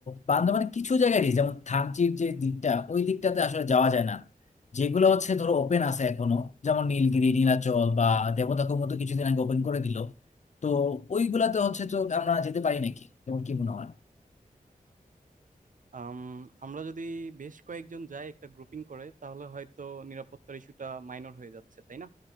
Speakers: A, on the left; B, on the right.
A: বান্দরবান কিছু জায়গায় রিস্ক, যেমন থানচির যে দিকটা ওই দিকটাতে আসলে যাওয়া যায় না যেগুলো হচ্ছে ধরো ওপেন আছে এখনো যেমন নীলগিরি নীলাচল বা দেবতাখুম তো কিছুদিন আগে ওপেন করে দিল তো ওইগুলাতে হচ্ছে তো আমরা যেতে পারি নাকি তোমার কি মনে হয়
B: আম, আমরা যদি বেশ কয়েকজন যাই একটা গ্রুপিং করে তাহলে হয়তো নিরাপত্তার ইস্যুটা মাইনর হয়ে যাচ্ছে তাই না